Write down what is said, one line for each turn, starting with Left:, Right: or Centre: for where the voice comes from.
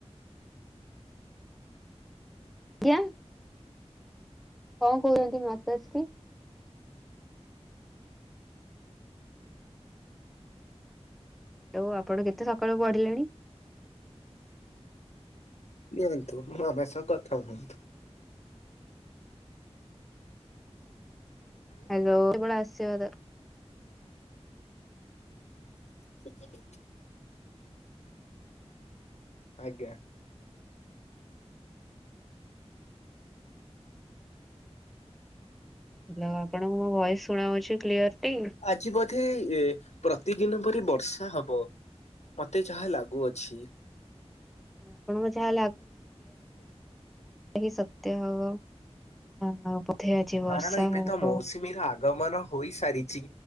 Centre: ଆଜ୍ଞା କଣ କହୁଛନ୍ତି ମାତାଶ୍ରୀ। ଆଉ ଆପଣ କେତେ ସକାଳୁ ପଢିଲେଣି।
Left: ନିଅନ୍ତୁଁ ମୋ ମାମା ସହ କଥା ହୁଅନ୍ତୁ‌‌।
Centre: ହାଲୋ କେତେବେଳେ ଆସିବ ଦର
Left: <unintelligible> ଆଜ୍ଞା।
Centre: ହାଲୋ ଆପଣଙ୍କୁ ମୋ ଭଏସ ଶୁଣାଉଛି କ୍ଲିୟରଟି।
Left: ଆଜି ବୋଧେ ଏ ପ୍ରତିଦିନ ପରି ବର୍ଷା ହବ। ମତେ ଯାହା ଲାଗୁଅଛି।
Centre: ଆପଣଙ୍କୁ ଯାହା ଆଜି ସତ୍ୟ ହବ। ଆଉ ବୋଧେ ଆଜି ବର୍ଷା
Left: କାରଣ ଏବେ
Centre: ହବ
Left: ତ ମୌସୁମୀର ଆଗମନ ହୋଇସାରିଛି